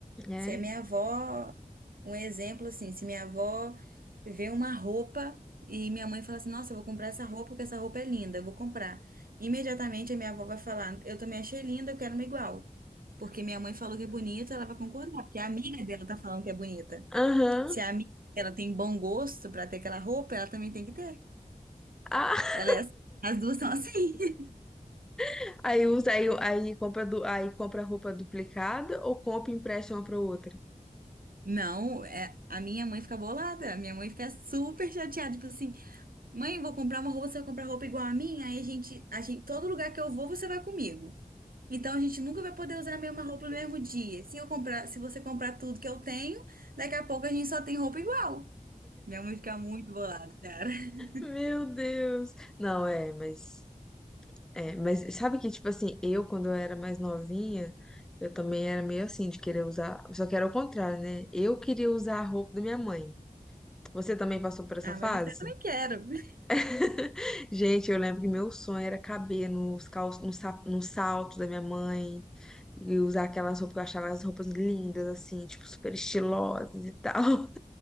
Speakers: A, in the centre; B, on the right.
A: É.
B: Se a minha avó, um exemplo assim, se minha avó vê uma roupa e minha mãe fala assim, nossa, eu vou comprar essa roupa porque essa roupa é linda, eu vou comprar. Imediatamente a minha avó vai falar, eu também achei linda, eu quero uma igual. Porque minha mãe falou que é bonita, ela vai concordar, porque a amiga dela tá falando que é bonita.
A: Aham.
B: Se a amiga dela tem bom gosto para ter aquela roupa, ela também tem que ter.
A: Ah,
B: Ela é assim. As duas são assim. <laughs>
A: <laughs> aí usa, aí, aí compra, du- aí compra roupa duplicada ou compra e empresta uma pra outra?
B: Não, é, a minha mãe fica bolada. A minha mãe fica super chateada. Tipo assim, mãe, vou comprar uma roupa, você vai comprar roupa igual a minha? Aí a gente, a gente, todo lugar que eu vou, você vai comigo. Então a gente nunca vai poder usar a mesma roupa no mesmo dia. Se eu comprar, se você comprar tudo que eu tenho, daqui a pouco a gente só tem roupa igual. Minha mãe fica muito bolada, cara. <laughs>
A: Meu Deus. Não, é, mas é, mas sabe que tipo assim, eu quando eu era mais novinha, eu também era meio assim de querer usar, só que era o contrário, né? Eu queria usar a roupa da minha mãe. Você também passou por essa
B: Ah,
A: fase?
B: mas isso eu também quero. <laughs>
A: <laughs> Gente, eu lembro que meu sonho era caber nos calços, no, sa- no salto da minha mãe e usar aquelas roupas que eu achava as roupas lindas assim, tipo super estilosas e tal.